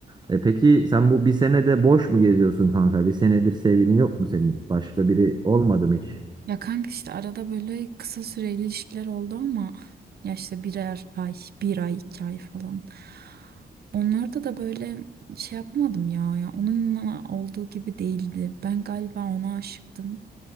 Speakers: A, on the right; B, on the right.
A: E, peki sen bu bir senede boş mu geziyorsun kanka? Bir senedir sevgilin yok mu senin? Başka biri olmadı mı hiç?
B: Ya kanka işte arada böyle kısa süreli ilişkiler oldu ama ya işte birer ay, bir ay, iki ay falan. Onlarda da böyle şey yapamadım ya, ya onunla olduğu gibi değildi. Ben galiba ona aşıktım